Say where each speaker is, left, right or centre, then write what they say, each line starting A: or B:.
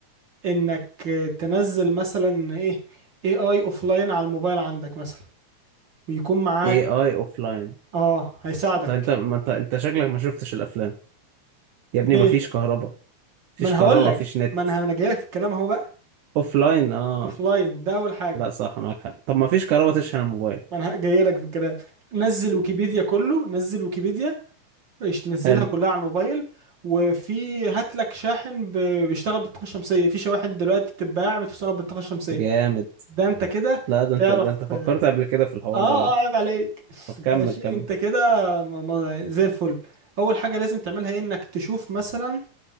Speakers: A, on the right (about 40°); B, on the right (about 75°).
A: انك تنزل مثلا ايه اي اي اوفلاين على الموبايل عندك مثلا ويكون معاك
B: اي اي اوف لاين
A: اه هيساعدك
B: انت انت ما انت انت شكلك ما شفتش الافلام يا ابني
A: ليه
B: ما فيش كهرباء ما فيش
A: ما انا
B: كهرباء
A: هقول لك
B: ما فيش نت
A: ما انا انا جاي لك في الكلام اهو بقى
B: اوف لاين اه
A: اوفلاين ده اول حاجة
B: لا صح معاك حق طب ما فيش كهرباء تشحن الموبايل
A: ما انا جاي لك في الكلام نزل ويكيبيديا كله نزل ويكيبيديا إيش
B: <laughs>
A: تنزلها
B: حلو
A: كلها على الموبايل وفي هات لك شاحن ب- بيشتغل بالطاقة الشمسية في شواحن دلوقتي بتتباع بتشتغل بالطاقة الشمسية
B: جامد
A: ده انت كده
B: لا ده
A: تعرف
B: انت ده انت فكرت
A: اه
B: قبل كده في الحوار
A: اه
B: ده بقى
A: اه، عيب عليك
B: طب
A: <laughs>
B: كمل
A: ماشي
B: كمل
A: انت كده م- م- زي الفل اول حاجة لازم تعملها ايه انك تشوف مثلا